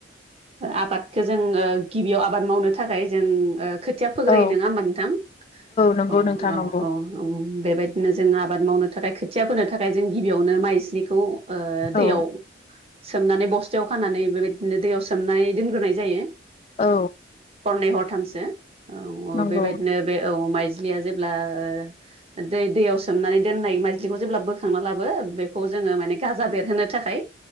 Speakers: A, on the right; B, on the left.
A: आबादखौ जों ओ गिबियाव आबाद मावनो थाखाय जों ओ खोथिया फोग्रोयो,
B: औ
A: नोङा होमबा नोंथां?
B: नंगौ
A: औ
B: नोंथां
A: औ
B: नंगौ
A: औ औ बेबायदिनो जों आबाद मावनो था खाय खोथिया फोनो थाखाय जों गिबियावनो माइज्लिखौ ओ दैयाव
B: औ
A: सोमनानै बस्थायाव खानानै बेबायदिनो दैयाव सोमनानै दोनग्रोनाय जायो।
B: औ।
A: हरनै हरथामसो। औ
B: नंगौ
A: बेबायदिनो बे औ। माइज्लिया जेब्ला ओ दै-दैयाव सोमनानै दोननाय माइज्लिखौ जेब्ला बोखांना लाबो बेखौ जोङो माने गाजा बेरहोनो थाखाय